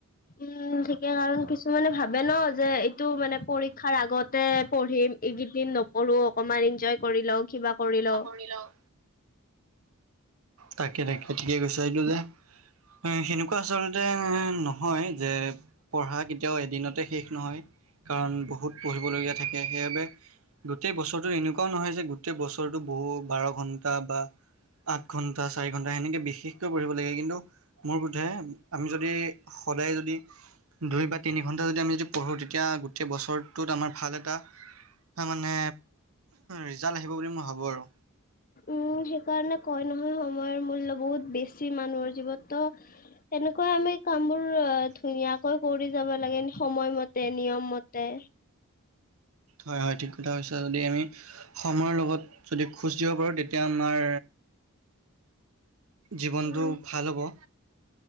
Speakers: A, on the left; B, on the right.
A: উম ঠিকে, কাৰণ কিছুমানে ভাবে ন। যে এইটো মানে পৰীক্ষাৰ আগতে পঢ়িম এইকেইদিন নপঢ়ো অকমান এঞ্জয় কৰি লওঁ কিবা কৰিলওঁ।
B: লওঁ। তাকে তাকে কৈছা, এইটো যে সেনেকুৱা আচলতে নহয় যে পঢ়া কেতিয়াওঁ এদিনতে শেষ নহয়। কাৰণ বহুত পঢ়িবলগীয়া থাকে। সেইবাবে গোটেই বছৰটো এনেকুৱাও নহয় যে গোটেই বছৰটো বহু বাৰ ঘন্টা বা আঠ ঘণ্টা চাৰি ঘন্টা সেনেকে বিশেষকৈ পঢ়িব লাগে। কিন্তু মোৰ বোধে আমি যদি সদায় যদি দুই বা তিনি ঘন্টা যদি আমি যদি পঢ়ো তে এতিয়া গোটেই বছৰটোত আমাৰ ভাল এটা হয় মানে, ৰিজাল্ট আহিব বুলি মই ভাবো আৰু।
A: উম সেইকাৰণে ক'য় নহয় সময়ৰ মূল্য বহুত বেছি মানুহৰ জীৱনতোত। সনেকুৱা আমি কামবোৰ অ' ধুনীয়াকৈ কৰি যাব লাগে সময় মতে নিয়ম মতে।
B: হয়, হয়, ঠিক কথা কৈছা, যদি আমি সময়ৰ লগত যদি খোজ দিব পাৰোঁ তেতিয়া আমাৰ জীৱনটো
A: উম,
B: ভাল হ'ব।